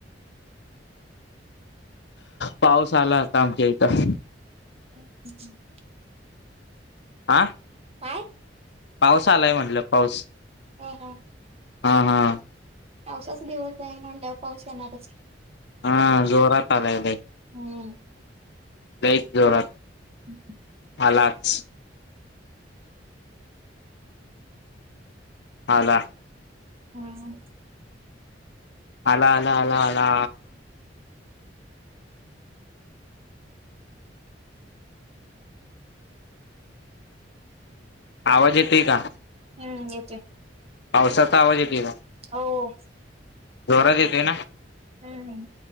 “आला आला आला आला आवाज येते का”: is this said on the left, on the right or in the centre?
Left